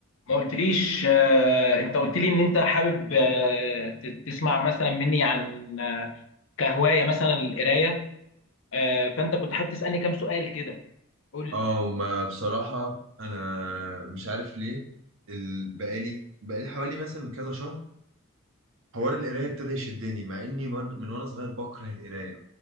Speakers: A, on the left; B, on the right.
A: ما قلتليش آه، انت قلت لي ان انت حابب آه، ت- تسمع مثلا مني عن آه، كهوايه مثلا القرايه آه، فانت كنت حابب تسالني كام سؤال كده قول لي
B: اه ما بصراحة أنا مش عارف ليه ال- بقالي بقالي حوالي مثلا كذا شهر حوار القراية ابتدى يشدني مع إني من من وأنا صغير بكره القراية